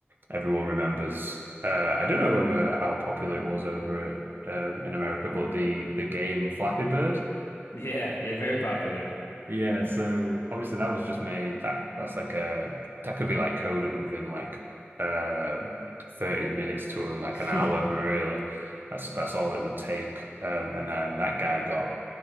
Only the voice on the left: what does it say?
Yeah, yeah, very popular.
<laughs>